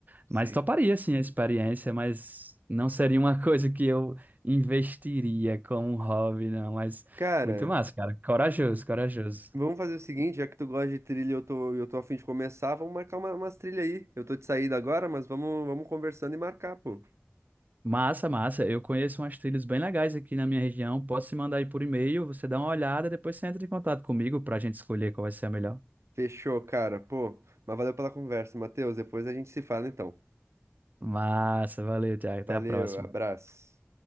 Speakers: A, on the right (about 80°); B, on the right (about 35°).
A: Sim.
B: Mas toparia sim a experiência, mas não seria uma <laughs> coisa que eu investiria como um hobby, não. Mas
A: Cara,
B: muito massa, cara. Corajoso, corajoso.
A: vamos fazer o seguinte, já que tu gosta de trilha e eu tô, eu tô a fim de começar, vamos marcar uma, umas trilhas aí. Eu tô de saída agora, mas vamos, vamos conversando e marcar, pô.
B: Massa, massa. Eu conheço umas trilhas bem legais aqui na minha região. Posso te mandar aí por e-mail, você dá uma olhada, depois você entra em contato comigo para a gente escolher qual vai ser a melhor.
A: Fechou, cara, pô. Mas valeu pela conversa, Matheus. Depois a gente se fala, então.
B: Massa, valeu, Thiago. Até
A: Valeu,
B: a próxima.
A: abraço.